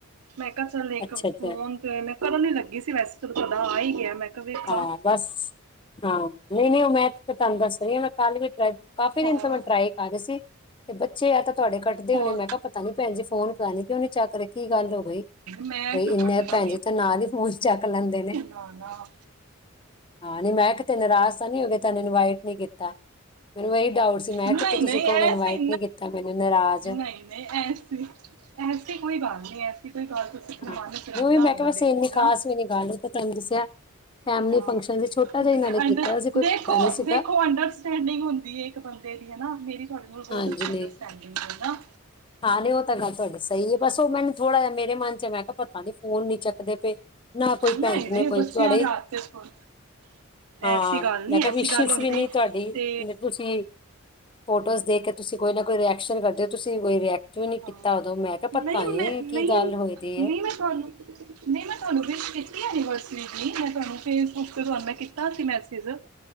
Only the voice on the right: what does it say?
ਮੈਂ ਕਿਹਾ ਚੱਲ ਇੱਕ
ਫੋਨ ਤੇ ਮੈਂ ਕਰਨ ਹੀ ਲੱਗੀ ਸੀ ਵੈਸੇ ਤੇ ਤੁਹਾਡਾ ਆ ਹੀ ਗਿਆ ਮੈਂ, ਕਿਹਾ ਵੇਖਾਂ
ਹੋਰ
ਹੋਰ
ਮੈਂ
ਕਿਉਂ
ਕੱਟਣਾ
ਨਾ-ਨਾ।
ਨਹੀਂ
ਨਹੀਂ
ਐਸੀ
ਨਹੀਂ ਨਹੀਂ ਐਸੀ ਐਸੀ ਕੋਈ ਬਾਤ ਨਹੀਂ ਐਸੀ ਕੋਈ ਗੱਲ ਆਪਣੇ
ਮਨ ਚ ਰੱਖਣਾ
ਨਾ
ਦੇਖੋ
ਹੈਨਾ
ਹਾਂ,
ਅੰਡ
ਦੇਖੋ-ਦੇਖੋ
ਅੰਡਰ ਸਟੈਡਿੰਗ ਹੁੰਦੀ ਹੈ ਇੱਕ ਬੰਦੇ ਦੀ ਹੈਨਾ, ਮੇਰੀ ਤੁਹਾਡੇ ਨਾਲ ਬਹੁਤ
ਅੱਛੀ
ਅੰਡਰਸਟੈਂਡਿੰਗ ਹੈ ਹੈਨਾ।
ਨਹੀਂ
ਨਹੀਂ
ਬੱਚਿਆਂ
ਦੇ ਹੱਥ ਤੇ ਸਕੂਲ
ਐਸੀ ਗੱਲ ਨਹੀਂ
ਐਸੀ
ਗੱਲ ਹੁੰਦੀ
ਤੇ
ਹਾਂ
ਨਹੀਂ
ਮੈਂ ਨਹੀਂ
ਨਹੀਂ
ਮੈਂ ਤੁਹਾਨੂੰ ਕੀਤੀ ਸੀ। ਨਹੀਂ, ਮੈਂ ਤੁਹਾਨੂੰ ਵਿਸ਼ਹ ਕੀਤੀ ਐਨਵਰਸਰੀ ਦੀ ਮੈਂ ਤੁਹਾਨੂੰ ਫੇਸਬੁੱਕ ਤੇ ਤੁਹਾਨੂੰ ਮੈਂ ਕੀਤਾ ਸੀ ਮੈਸੇਜ।